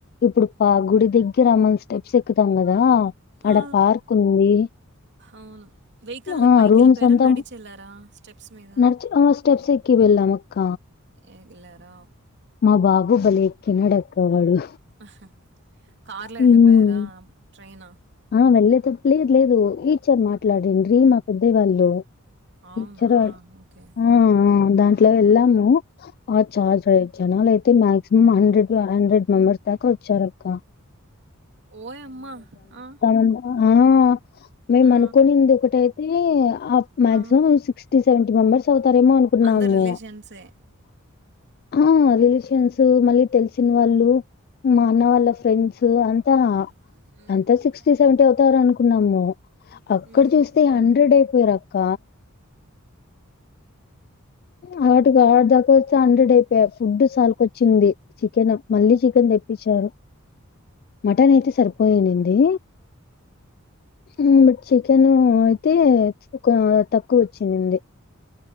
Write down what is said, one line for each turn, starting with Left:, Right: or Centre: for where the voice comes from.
Left: ఇప్పుడు పా గుడి దగ్గర అమని స్టెప్స్ ఎక్కుతాం కదా అడ
Right: ఆ!
Left: పార్క్ ఉంది
Right: అవును. వెహికల్
Left: ఆ
Right: పైకెళ్ళిపోయారా?
Left: రూమ్స్ అంతా
Right: నడిచెళ్లారా స్టెప్స్ మీద?
Left: నచ స్టెప్స్ ఎకి వెళ్ళ మక్క
Right: అగలరా
Left: మా బాబు బలేక్కి న డక్ అక్క వాడు
Right: ఆహా కార్ లో
Left: హ్మ్.
Right: వెళ్లిపోయారా టడ్రెయినా
Left: ఆ వెళ్ళే తప్ లేదు లేదు ఈ చర్ మాట్లాడిండ్రి మా పెద్దయ్య వాళ్ళు <inaudible>
Right: అవునా? ఓకే.
Left: ఆ ఆ దాంట్లో
Right: హుహు.
Left: వెళ్ళాము ఆ చారు చారు జనాలు అయితే maximum hundred two hundred members దాకా వచ్చారు అక్క
Right: ఓయమ్మా ఆ
Left: మంది ఆ మేము
Right: ఆ!
Left: అనుకునింది ఒకటై <unintelligible> ఆప్ మాక్సిమం
Right: ఆ!
Left: సిక్స్టీ సెవంటీ మెంబర్స్ తవుతారేమో అనుకున్నాము
Right: అందరు రిలేషన్సే.
Left: ఆ రిలేషన్స్ మళ్ళీ తెలిసిన వాళ్ళు మా అన్న వాళ్ళ ఫ్రెండ్స్ అన్ <unintelligible>
Right: మ్మ్
Left: తె సెంట అవుతారనుకు వునము అక్కడ
Right: హ్మ్.
Left: చూస్తే హండ్రెడ్ ఓరక్క హాట్ గా ఆటిదాకా వచ్చి హండ్రెడ్ అయిపోయారు ఫుడ్ సాల కొచ్చింది చికెన్ మళ్ళీ చికెన్ తెప్పిచ్చారు, మటన్ అయితే సరిపోయిన్నింది. మ్ బట్ చికెను తే ఒక తక్కువ వచ్చినింది